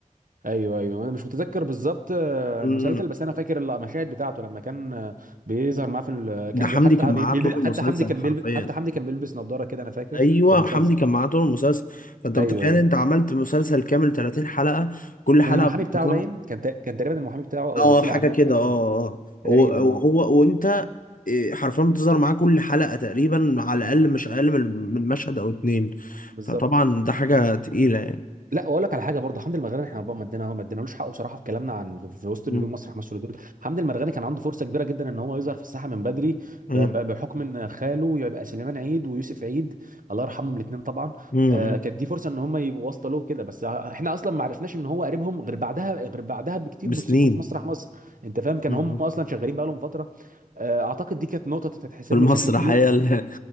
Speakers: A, on the right; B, on the left.
A: ايوه ايوه انا مش متذكر بالظبط آه،
B: امم
A: المسلسل بس انا فاكر المشاهد بتاعته لما كان آه، بيظهر معاه في ال... كان
B: ده حمدي
A: بي- حتى
B: كان معاه
A: بي... بي...
B: طول المسلسل
A: حتى حمدي كان
B: حرفيا
A: بيلب... حتى حمدي كان بيلبس نظارة كده انا فاكر
B: ايوه
A: في المسلسل
B: حمدي كان معاه طول المسلسل فانت
A: ايوه
B: متخيل
A: ايوه
B: انت عملت مسلسل كامل 30 حلقة كل حلقة
A: كان المحامي بتاعه
B: بتطلع
A: باين كان ت... كان تقريبا المحامي بتاعه او
B: اه
A: وكيل
B: حاجه
A: اعماله
B: كده
A: حاجه
B: اه
A: كده تقريبا
B: اه هو
A: اه
B: هو وانت إيه، حرفيا بتظهر معاه كل حلقه تقريبا على الاقل مش اقل من من مشهد او اتنين
A: بالظبط
B: فطبعا ده حاجه تقيله يعني
A: لا واقول لك على حاجه برضه حمدي المرغني احنا بقى ما ادينا ما ادينالوش حقه بصراحه في كلامنا عن في في وسط
B: مم.
A: نجوم مسرح مصر دول حمدي المرغني كان عنده فرصه كبيره جدا ان هو يظهر في الساحه من بدري
B: مم.
A: ب- ب- بحكم ان خاله يبقى سليمان عيد ويوسف عيد الله يرحمهم الاثنين طبعا
B: مم.
A: آه، كانت دي فرصه ان هم يبقوا واسطه له كده بس احنا اصلا ما عرفناش ان هو قريبهم غير بعدها غير بعدها بكتير
B: بسنين
A: بالصدفه في مسرح مصر انت فاهم كان
B: مم.
A: هم اصلا شغالين بقى لهم فتره آه، اعتقد دي كانت نقطه تتحسب
B: في المسرح
A: له بشكل كبير
B: هي اللي,